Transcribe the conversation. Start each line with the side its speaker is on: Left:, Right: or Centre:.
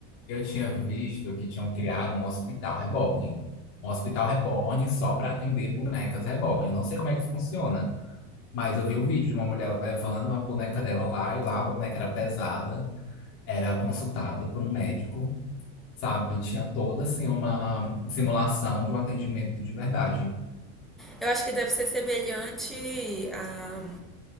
Left: eu tinha visto que tinham criado um hospital reborn. Um hospital reborn só para atender bonecas reborn. Eu não sei como é que funciona, mas eu vi um vídeo de uma mulher levando a boneca dela lá, e lá a boneca era pesada, era consultado por um médico. sabe? Tinha toda assim uma simulação de um atendimento de verdade.
Centre: Eu acho que deve ser semelhante a